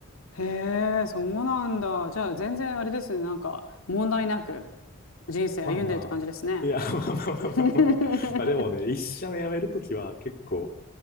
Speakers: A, on the left (about 75°); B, on the left (about 45°).
A: へえ、そうなんだ。じゃあ、全然あれですね、なんか、問題なく人生歩んでるって感じですね。
B: <laughs> まあまあ、いや、まあまあまあまあまあ。
A: <laughs>
B: まあでもね、一社目辞めるときは結構、